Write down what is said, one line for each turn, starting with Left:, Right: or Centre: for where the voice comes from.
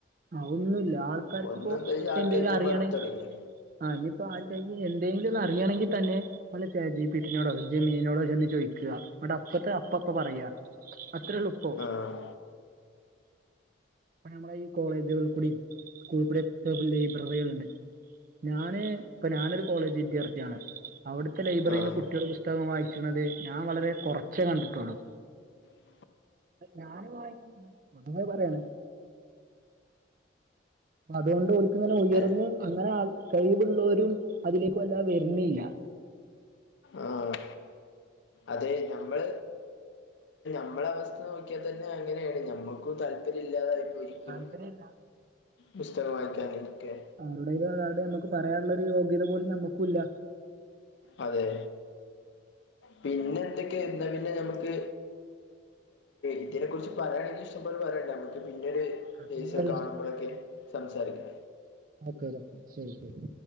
Right: ആ ഹ് ഒന്നുല്ല ആൾക്കാർക്കിപ്പോ
Left: ഒന്നെന്താ വെച്ചാ ആൾക്കാർക്ക്
Right: എന്തെിലും അറിയണങ്കി
Left: ഇത് മടുത്തു തുടങ്ങി
Right: ആഹ് ഇനിയിപ്പോ ആക്കാർക്ക് എന്തെങ്കിലുംന്ന് അറിയയാണെങ്കി തന്നെ നല്ല ചേച്ചി പീട്ടിനോടോ ജമീനിനോടോ ചെന്ന് ചോയി ക്ക ന്നട്ട് അപ്പത്തെ അപ്പ അപ്പ പറയ അത്രള്ളൂ പ്പോ
Left: ആഹ്
Right: അപ്പ നമ്മളുടെ ഈ കോളേജുകളിൽ കൂട സ്കൂളിൽ കൂട ഒക്കെ ലൈബ്രറികൾ ഉണ്ട് ഞാന് ഇപ്പൊ ഞാനൊരു കോളേജ് വിദ്യാർത്ഥിയാണ് അവിടുത്തെ ലൈബ്രറിയിൽന്ന്
Left: ആഹ്
Right: കുട്ടികുടെ പുസ്തകം വായിച്ചണത് ഞാൻ വളരെ കുറച്ചേ കണ്ടിട്ടുള്ളു
Left: ആ
Right: ഞാന് വായിക്കിനില്ല പൊതുവായി പറയണ അപ്പ അതുകൊണ്ട്ഓല് ക്ക് ഇങ്ങനെ ഉയർന്ന്
Left: അതെ
Right: അങ്ങനെ കഴിവുള്ളോരും അതിലേക് അല്ലാതെ വരുന്നില്ല
Left: ആഹ് അത് നമ്മൾ നമ്മള അവസ്ഥ നോക്കിയാ തന്നെ അങ്ങനെയാണ് നമ്മുകും താല്പര്യല്ലാതായിപ്പോയി
Right: താല്പര്യല്ല
Left: പുസ്തകം വായിക്കാനൊക്കെ
Right: ആരോടൊലും ആറാതെ നമുക്ക് പറയാനുള്ളൊരു യോഗ്യത പോലും നമ്മക്കും ഇല്ല
Left: അതെ പിന്നെ എന്തൊക്കെയ എന്ന പിന്നെ നഞമുക്ക് ഇതിനെ കുറി പറയാണെങ്കി ഇഷം പോലെ പറയാനണ്ട നമുക്ക് പിന്നെരു
Right: പിന്നെ
Left: സം കാണുമ്പോഴൊക്കെ സംസാരിക്ക
Right: ഓക്കെ ഡക്ക ശരി ശരി